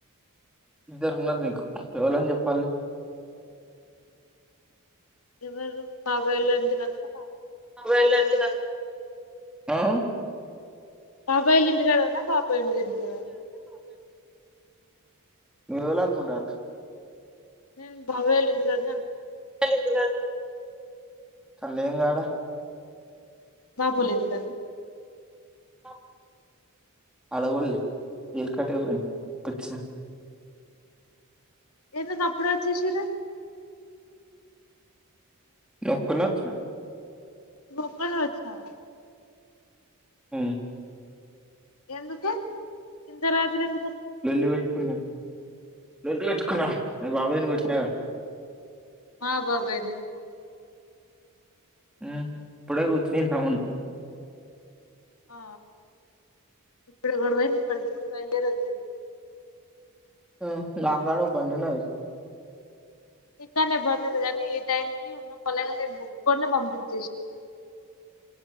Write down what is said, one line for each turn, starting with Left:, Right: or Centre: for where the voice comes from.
Centre: ఇద్దరున్నరు నీకు ఎవలని చెప్పాలి
Left: ఎవరు బాబాయిల్లో ఎందుకన్నా
Centre: వెళ్ళండి రా
Left: బాబాయిలు ఇంటికాడ నా బాబాయోళ్ళింటికాడ
Centre: నువ్వు ఎలా అనుకుంటా
Left: నేను బాబాయోళ్ళ ఇంటికాడని అనుకు
Centre: ఆళ్ళింటికాడ అక్కడ లేను గాడ
Left: మా బోలేదు ఇక
Centre: <unintelligible>
Left: ఎందుకప్పుడే వచ్చేసారు
Centre: ఒక్కన్నే వచ్చిన
Left: నువ్వు ఒక్కనివే వచ్చినావా
Centre: ఊ
Left: ఎందుకే ఇంత రాత్రి ఎందు
Centre: లొల్లి పెట్టుకున్నా లొల్లి పెట్టుకున్న మీ బాబైని కొట్టినాగ
Left: మా బాబైని ఎందుకు కొట్టినవ్
Centre: ఊ ఇప్పుడే కూర్చుని సౌం
Left: ఆ ఇప్పుడు గొడవ అయితే ఇప్పటికిప్పుడు బయలుదేరి వొచ్చి
Centre: హ్మ్ <unintelligible> బందున్నాయి
Left: ఇంకానే బందు ఉంది కాగానీ ఈ టైం కి ఉన్న పొల ముగ్గురిని పంపి <inaudible>